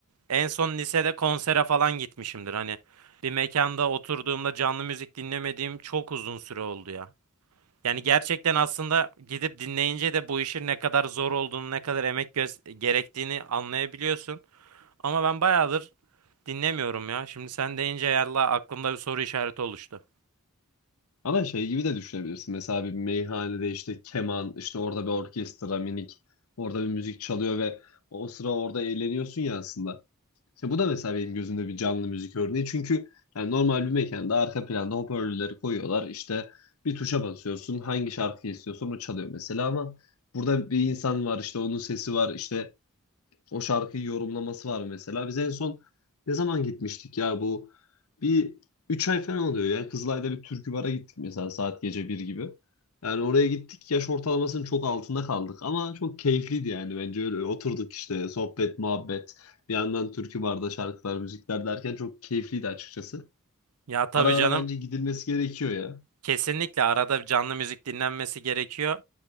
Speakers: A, on the right (about 85°); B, on the left (about 75°).
A: En son lisede konsere falan gitmişimdir hani bir mekanda oturduğumda canlı müzik dinlemediğim çok uzun süre oldu ya. Yani gerçekten aslında gidip dinleyince de bu işin ne kadar zor olduğunu, ne kadar emek göz- gerektiğini anlayabiliyorsun. Ama ben bayağıdır dinlemiyorum ya. Şimdi sen deyince yallah aklımda bir soru işareti oluştu.
B: Ama şey gibi de düşünebilirsin. Mesela bir meyhanede işte keman, işte orada bir orkestra minik, orada bir müzik çalıyor ve o sıra orada eğleniyorsun ya aslında. İşte bu da mesela benim gözümde bir canlı müzik örneği. Çünkü yani normal bir mekanda arka planda hoparlörleri koyuyorlar. İşte bir tuşa basıyorsun, hangi şarkıyı istiyorsan o çalıyor mesela ama burada bir insan var işte onun sesi var işte O şarkıyı yorumlaması var mesela. Biz en son ne zaman gitmiştik ya bu? Bir 3 ay falan oluyor ya. Kızılay'da bir türkü bara gittik mesela saat gece bir gibi. Yani oraya gittik yaş ortalamasının çok altında kaldık ama çok keyifliydi yani bence öyle oturduk işte sohbet muhabbet bir yandan türkü barda şarkılar müzikler derken çok keyifliydi açıkçası.
A: Ya tabii
B: Ara ara
A: canım
B: bence gidilmesi gerekiyor ya.
A: kesinlikle arada bir canlı müzik dinlenmesi gerekiyor.